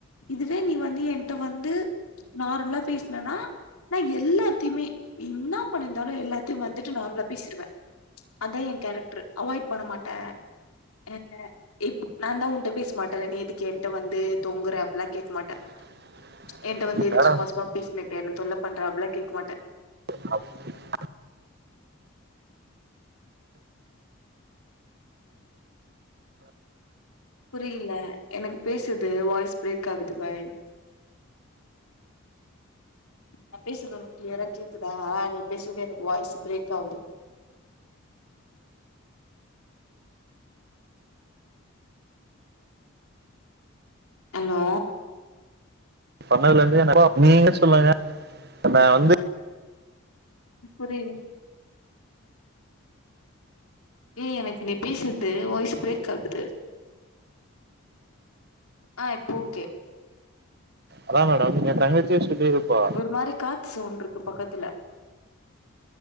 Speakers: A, on the left (about 85°); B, on the right (about 45°).
A: இதுவே நீ வந்து என்ட்ட வந்து நார்மலா பேசுனனா நா எல்லாத்தையுமே நீ என்ன பண்ணியிருந்தாலும் எல்லாத்தையும் மறந்துட்டு நார்மலா பேசிருவே அதா என் கேரக்ட்ரு அவாய்ட் பண்ண மாட்டே அஹ் இப் நா தா உன்ட்ட பேச மாட்டேல நீ எதுக்கு என்ட்ட வந்து தொங்குற அப்டில்லா கேக்க மாட்ட
B: <inaudible>
A: என்ட்ட வந்து எதுக்கு
B: யாரா
A: சும்மா சும்மா பேசினுக்க என்ன தொல்ல பண்ற அப்டில்லா கேக்க மாட்ட
B: <inaudible>
A: புரில எனக்கு பேசுர்து வாய்ஸ் பிரேக் ஆகுது பாய் நா பேசுர்து ஒனுக்கு கிளியரா கேக்குதா நீ பேசுர்து எனக்கு வாய்ஸ் பிரேக் ஆவுது ஹலோ
B: பண்ணதுலந்து <unintelligible> நீங்க சொல்லுங்க நா வந்து
A: புரிது ஏ எனக்கு நீ பேசுர்து வாய்ஸ் பிரேக் ஆகுது ஆ இப்ப ஓகே
B: அதா மேடம் என் தங்கச்சியே சொல்லிருப்பா
A: ஒரு மாரி காத்து சவுண்டுருக்கு பக்கத்துல